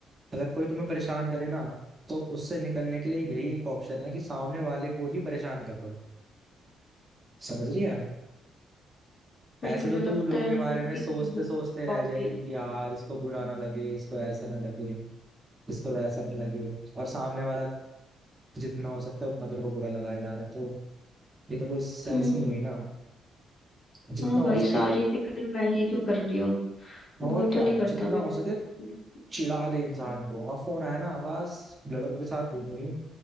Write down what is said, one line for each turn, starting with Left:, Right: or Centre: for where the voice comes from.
Right: अगर कोई तुम्हें परेशान करे ना तो उससे निकलने के लिए यही एक ऑप्शन है कि सामने वाले को ही परेशान कर दो समझ रही है
Left: पर
Right: ऐसे
Left: तुझे
Right: तो
Left: लगता
Right: तू लोगों
Left: है
Right: के
Left: मैं
Right: बारे में
Left: इतनी
Right: सोचते
Left: बोल
Right: सोचते रह
Left: पाऊंगी
Right: जाएगी कि यार इसको बुरा ना लगे इसको ऐसा ना लगे इसको वैसा ना लगे और सामने वाला जितना हो सकता है उतना तेरे को बुरा लगाया जा रहा है तो ये तो कोई सेंस
Left: हम्म,
Right: नहीं हुई ना जितना
Left: हाँ भाई
Right: हो
Left: सारी
Right: सके
Left: फिक्र मैं ही क्यों कर रही हूँ
Right: और
Left: वो तो
Right: क्या
Left: नहीं
Right: जितना
Left: करता मेरे
Right: हो सके
Left: मेरे-
Right: चिढ़ा दे इंसान को अब फोन आया ना बस लड़कों के साथ घूम रही हूँ